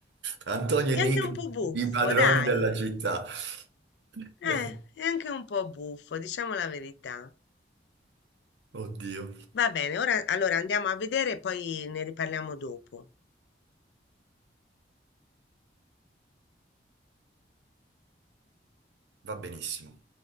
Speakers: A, on the right; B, on the left.
A: Antonio
B: È
A: e Nicola,
B: anche un po' buffo,
A: i padroni
B: dai.
A: della città. <laughs>
B: Eh, è anche un po' buffo, diciamo la verità.
A: Oddio,
B: Va bene, ora allora andiamo a vedere e poi ne riparliamo dopo.
A: va benissimo.